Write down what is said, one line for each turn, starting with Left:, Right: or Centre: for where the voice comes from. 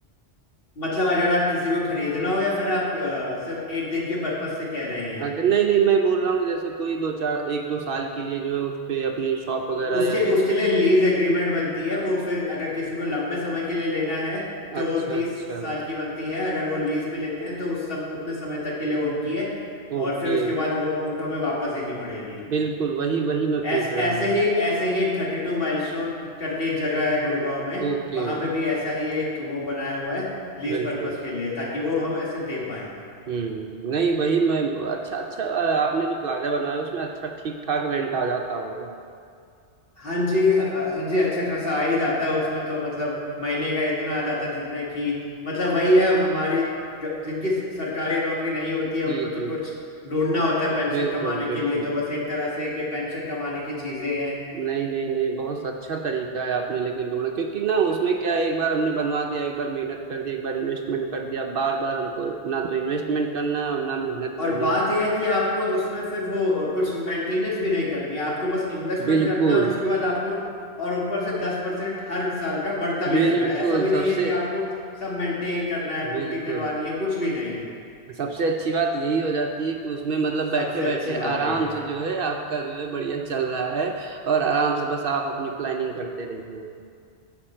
Left: मतलब अगर आप किसी को खरीदना हो या फिर आप अ, सिर्फ एक दिन के पर्पज से कह रहे हैं
Right: अच्छा नहीं नहीं मैं बोल रहा हूँ कि जैसे कोई दो चार एक दो साल के लिए जो है उस पे अपनी शॉप वगैरह
Left: उसके
Right: या वे-
Left: उसके लिए लीज एग्रीमेंट बनती है वो फिर अगर किसी को लंबे समय के लिए लेना है तो
Right: अच्छा
Left: वो तीस
Right: अच्छा
Left: साल की बनती है अगर वो लीज पे लेते हैं तो उस सम, उतने समय तक के लिए वो उनकी है
Right: ओके
Left: और फिर उसके बाद वो उनको हमें वापस देनी पड़ेगी
Right: बिल्कुल वही वही मैं
Left: ऐसे
Right: पूछ रहा
Left: ऐसे
Right: हूँ
Left: ही ऐसे ही थर्टी टू माइलस्टोन करके एक जगह है गुड़गांव में
Right: ओके
Left: वहां पे भी ऐसा ही एक वो बनाया हुआ है लीज
Right: बिल्कुल
Left: पर्पस के लिए ताकि वो हम ऐसे दे पाए
Right: हम्म नहीं वही मैं अच्छा अच्छा अ, आपने जो प्लाजा बनवाया उसमें अच्छा ठीक ठाक रेंट आ जाता होगा
Left: हाँ जी अ- हाँ जी अच्छा खासा आ ही जाता है उसमें तो मतलब महीने का इतना आ जाता है जितने की मतलब वही है अब हमारी ग- जिनकी स- सरकारी नौकरी नहीं होती
Right: जी
Left: है उनको तो
Right: जी
Left: कुछ ढूंढना होता है पेंशन
Right: बिल्कुल
Left: कमाने के
Right: बिल्कुल
Left: लिए तो बस एक तरह से कि पेंशन कमाने की चीजें हैं
Right: नहीं नहीं नहीं बहुत अच्छा तरीका है आपने लेकिन ढूंढा क्योंकि ना उसमें क्या है, एक बार हमने बनवा दिया एक बार मेहनत कर दी एक बार इन्वेस्टमेंट कर दिया बार बार हमको ना तो इन्वेस्टमेंट करना है और ना मेहनत
Left: और
Right: करनी
Left: बात
Right: है
Left: यह है कि आपको उसमें फिर वो कुछ मेंटेनेंस भी नहीं करनी है आपको बस इन्वेस्टमेंट
Right: बिल्कुल
Left: करना है और उसके बाद आपको और ऊपर से दस परसेंट हर साल का बढ़ता भी
Right: बिल्कुल
Left: रहेगा ऐसा भी
Right: सबसे
Left: नहीं है कि आपको सब मेंटेन करना है
Right: बिल्कुल
Left: पुट्टी करवानी है कुछ भी नहीं
Right: सबसे अच्छी बात यही हो जाती है कि उसमें मतलब बैठे
Left: सबसे अच्छी
Right: बैठे
Left: बात
Right: आराम
Left: है ये
Right: से जो है आपका जो है बढ़िया चल रहा है और आराम से बस आप अपनी प्लानिंग करते रहिए